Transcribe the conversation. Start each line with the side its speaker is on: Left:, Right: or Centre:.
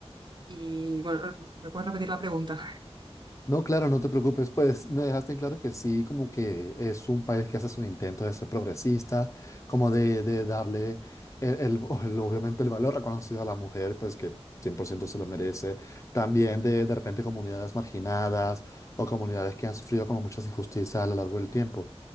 Right: y bueno, ¿me puedes repetir la pregunta?
Left: No, claro, no te preocupes, pues me dejaste en claro que sí, como que es un país que hace su intento de ser progresista, como
Right: Sí.
Left: de, de darle el, el- <laughs> o el- obviamente el valor reconocido a la mujer, pues que 100% se lo merece, también de de repente comunidades marginadas o comunidades que han sufrido como muchas injusticias a lo largo del tiempo.